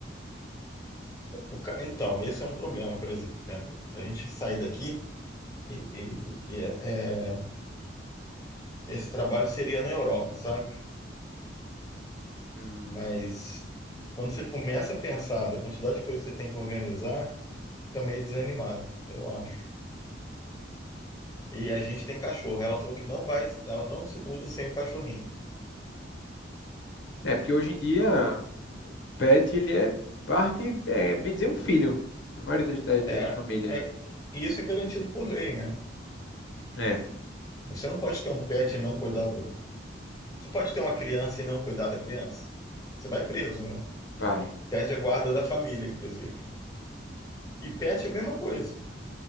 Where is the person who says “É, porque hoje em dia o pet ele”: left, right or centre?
Left